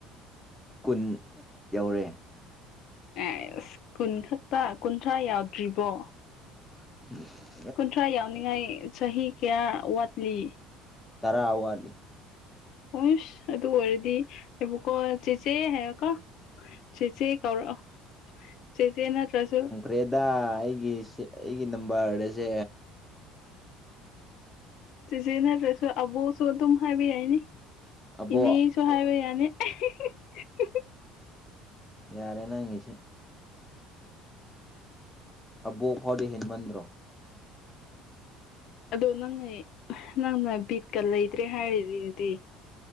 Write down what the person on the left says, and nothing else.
ꯑꯦꯁ ꯀꯨꯟ ꯈꯛꯇ ꯀꯨꯟꯊ꯭ꯔꯥ ꯌꯥꯎꯗ꯭ꯔꯤꯕꯣ꯫
ꯀꯨꯟꯊ꯭ꯔꯥ ꯌꯥꯎꯅꯤꯡꯉꯥꯏ ꯆꯍꯤ ꯀꯌꯥ ꯋꯥꯠꯂꯤ꯫
ꯑꯣꯁ ꯑꯗꯨ ꯑꯣꯏꯔꯗꯤ ꯑꯩꯕꯨꯀꯣ ꯆꯦꯆꯦ ꯍꯥꯏꯌꯣꯀꯣ ꯆꯦꯆꯦ꯫ ꯇꯧꯔꯛꯑꯣ ꯆꯦꯆꯦ ꯅꯠꯇ꯭ꯔꯁꯨ꯫
ꯆꯦꯆꯦ ꯅꯠꯇ꯭ꯔꯁꯨ ꯑꯕꫭꯛꯁꯨ ꯑꯗꯨꯝ ꯍꯥꯏꯕ ꯌꯥꯏꯅꯤ
ꯏꯅꯦ ꯁꯨ ꯍꯥꯏꯕ ꯌꯥꯅꯤ ꯑꯍꯤ ꯍꯤ ꯍꯤ
ꯑꯗꯣ ꯅꯪꯅ ꯅꯪꯅ ꯕꯤꯠꯀ ꯂꯩꯇ꯭ꯔꯦ ꯍꯥꯏꯔꯤꯗꯨꯗꯤ꯫